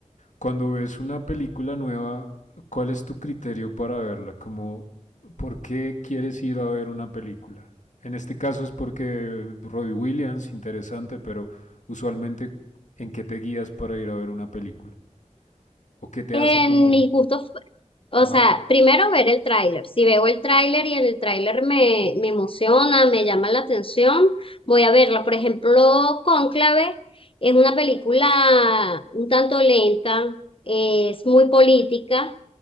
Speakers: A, on the left; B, on the left.
A: cuando ves una película nueva, ¿cuál es tu criterio para verla? Como, ¿por qué quieres ir a ver una película? En este caso es porque Robbie Williams, interesante, pero usualmente, ¿en qué te guías para ir a ver una película? ¿O qué te
B: En
A: hace como,
B: mis gustos O
A: ajá,
B: sea, primero ver el tráiler. Si veo el tráiler y el tráiler me, me emociona, me llama la atención, voy a verla. Por ejemplo, Cónclave es una película un tanto lenta, es muy política